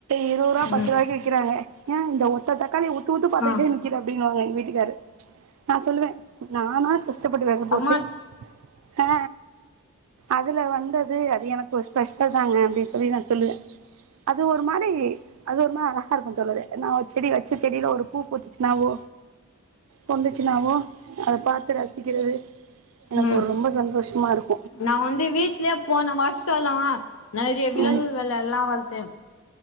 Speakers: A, on the right; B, on the left.
A: இரு ரூவா பத்து
B: ம்
A: ரூவாய்க்கு விக்கிறாங்க ஏ இந்த ஒத்த தக்காளி உ உத்து உத்து பாத்ட்டே
B: ஆ
A: நிக்கிற அப்பிடின்னுவாங்க எங்க வீ க்கிகாரு நா சொல்லுவே நானாஸ் ச்சப்பட்டு வேக போட்டு
B: அம்மா
A: ஆ அதுல வந்தது அது எனக்கு ஒரு ஸ்பெஷல் தாங்க அப்பிடின் சொல்லி நா சொல்லுவே அது ஒரு மாரி அது ஒரு மா த்தாருக்கு தோழரே நா ஒரு செடி வச்ச செடியில ஒரு பூ பூத்துச்சுன்னாவோ பொண்டுச்சுனாவோ அத பாத்து ரசிக்கிறது எனக்கு
B: ம்
A: ஒரு ரொம்ப சந்தோஷமா இருக்
B: நா வந்து வீட்லியே போன வாஸ் ச்சால்லு நெறைய விலங்குகள்
A: ம்
B: எல்லா வழத்தே